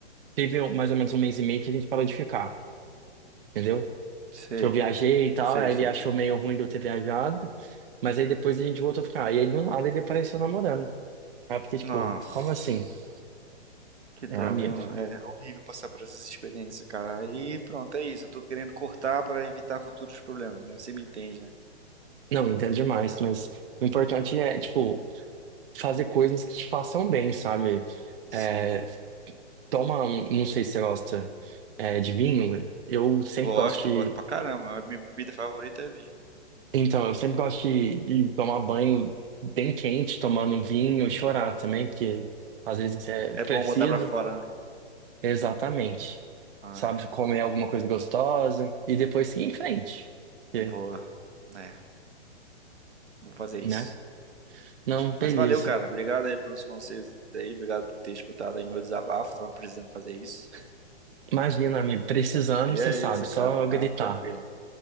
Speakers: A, on the right; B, on the right.
A: teve mais ou menos um mês e meio que a gente parou de ficar, entendeu?
B: Sei,
A: Que eu viajei e tal,
B: sei,
A: aí
B: sei.
A: ele achou meio ruim de eu ter viajado, mas aí depois a gente voltou a ficar. E aí do nada ele apareceu namorando. Aí eu fiquei tipo,
B: Nossa,
A: como assim?
B: que
A: É
B: droga,
A: amigo.
B: hein, mano? É horrível passar por essas experiências, cara. Aí pronto, é isso. Eu tô querendo cortar pra evitar futuros problemas, né? Você me entende, né?
A: Não, entendo demais, mas o importante é, tipo, fazer coisas que te façam bem, sabe?
B: Sim.
A: É, toma um, não sei se você gosta é, de vinho, eu sempre
B: Gosto,
A: gosto de,
B: gosto pra caramba. A minha bebida favorita é vinho.
A: então, eu sempre gosto de, de tomar banho bem quente, tomando um vinho, e chorar também, porque às vezes é
B: É
A: preciso,
B: bom botar pra fora, né?
A: exatamente,
B: Ah,
A: sabe, comer alguma coisa gostosa e depois seguir em frente, porque,
B: boa. É, vou fazer isso.
A: né? Não, beleza.
B: Mas valeu, cara. Obrigado aí pelos conselhos aí. Obrigado por ter escutado aí meu desabafo. Tava precisando fazer isso.
A: Imagina, amigo, precisando,
B: E
A: você
B: é
A: sabe,
B: isso,
A: só
B: cara.
A: gritar.
B: Não, tranquilo.